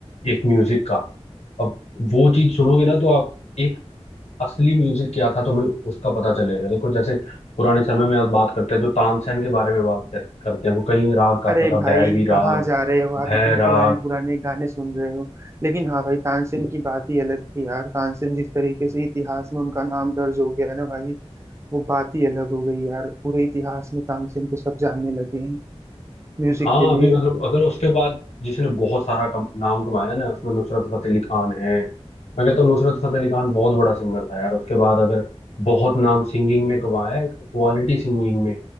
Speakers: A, on the left; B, on the right.
A: एक म्यूजिक का अब वो चीज सुनोगे ना तो आप एक असली म्यूजिक क्या था तुम्हें उसका पता चलेगा देखो जैसे पुराने समय में आप बात करते हैं जो तानसेन के बारे में बात कर- करते हैं वो कई राग गाता
B: अरे
A: था
B: भाई
A: भैरवी राग
B: कहाँ जा रहे हो आप
A: भैराग
B: इतने पुराने पुराने गाने सुन रहे हो लेकिन हाँ भाई तानसेन की बात ही अलग थी यार तानसेन जिस तरीके से इतिहास में उनका नाम दर्ज हो गया है ना भाई वो बात ही अलग हो गई यार पूरे इतिहास में तानसेन को सब जानने लगे हैं म्यूजिक
A: हाँ
B: के लिए
A: अभी मतलब अगर उसके बाद जिसने बहुत सारा कम, नाम कमाया ना उसमें नुसरत फतेह अली खान है मैं कहता हूँ नुसरत फतेह अली खान बहुत बड़ा सिंगर था यार उसके बाद अगर बहुत नाम सिंगिंग में कमाया है क्वालिटी सिंगिंग में